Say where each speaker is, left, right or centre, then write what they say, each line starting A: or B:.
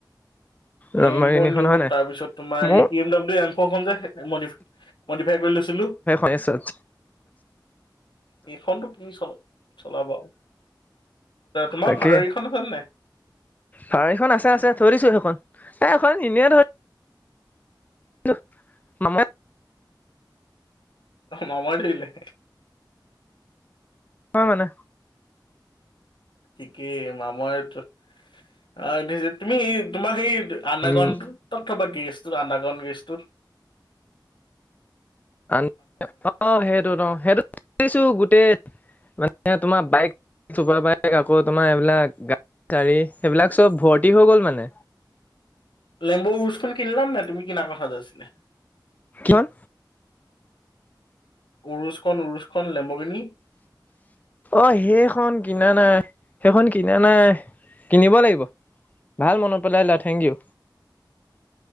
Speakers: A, on the left; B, on the left.
A: লম্বাৰগিনিখন
B: লেম্ব নিউ
A: হয় নাই
B: তাৰপিছত তোমাৰ
A: মোৰ
B: এই পি এম ডাব্লিউ এমফ'ৰ খন যে মদি মদিফাই কৰি লৈছিলোঁ।
A: এছত
B: এই খনটো কি চল চলাবা আও। তোমাৰ
A: তাকে
B: ফাৰাৰীখন হ'ল নাই?
A: ফাৰাৰীখন আছে আছে থৈ দিছোঁ সেইখন এ সেইখন এনেই <unintelligible>
B: অ', মামৰে ধৰিলে?
A: হয় মানে।
B: ঠিকেই মামৰ তুমি তোমাৰ সেই আণ্ডাৰগ্ৰাউণ্ডটো
A: উম
B: ক'ত থ'বা, গেৰেজটো আণ্ডাৰগ্ৰাউণ্ড গেৰেজটো?
A: অ', সেইটো ন' সেইটো থৈছো গোটেই মানে তোমাৰ বাইক চোপা বাইক আকৌ তোমাৰ এইবিলাক গা চাৰী সেইবিলাক চব ভৰ্তি হৈ গল মানে।
B: লেম্ব উৰোছ খন কিনিলা নাই তুমি কিনা কথা যে আছিলে?
A: কি খন?
B: উৰুচখন উৰুচখন লেম্ব গিনি।
A: অ', সেইখন কিনা নাই, সেইখন কিনা নাই, কিনিব লাগিব। ভাল মনত পেলাই দিলা থেংকিইউ।